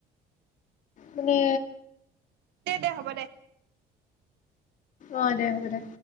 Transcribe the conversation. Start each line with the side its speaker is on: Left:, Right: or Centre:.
Left: কোনে
Right: দে দে হ'ব দে।
Left: অ' দে হ'ব দে।